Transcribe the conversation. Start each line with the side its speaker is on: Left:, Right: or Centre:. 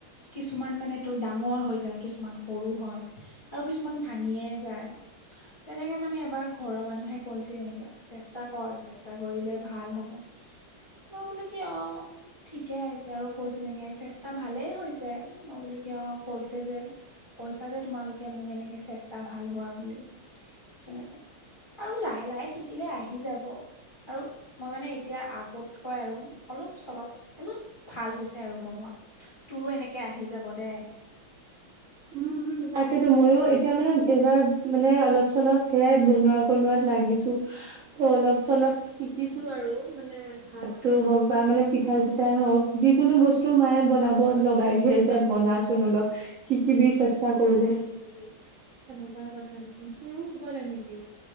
Left: কিছুমান মানে তোৰ ডাঙৰ হৈ যায় কিছুমান সৰু হয় আৰু কিছুমান ভাঙিয়ে যায়। তেনেকে মানে এবাৰ ঘৰৰ মানুহে কৈছে তেনেকে চেষ্টা কৰ চেষ্টা কৰিলে ভা ভাল হব মই বোলো কি অ' ঠিকে আছে আৰু কৈছে নেকি চেষ্টা ভালেই হৈছে মই বুলো কিয় কৈছে যে কৈছা যে তোমালোকে মোক এনেকে চেষ্টা ভাল হোৱা বুলি তেনেকে আৰু লাহে লাহে শিকিলে আহি যাব। আৰু মই মানে এতিয়া আগতকৈ আৰু অলপ চলপ অলপ ভাল হৈছে আৰু বনোৱা তোৰো এনেকে আহি যাব দে।
Right: উম উম তাকেতো মইও এতিয়া মানে এইবাৰ মানে অলপ চলপ হে বনোৱা কনোৱাত লাগিছো। অলপ চলপ শিকিছো আৰু মানে ভাতো হওক বা মানে পিঠা চিঠাই হওক যিকোনো বস্তু মায়ে বনাব লগাই দিয়ে। বনাচোন অলপ শিকিবি চেষ্টা কৰিলেহে শিকিবি তেনেকুৱাই কথাটোচোন তোৰো হব তেনেকেই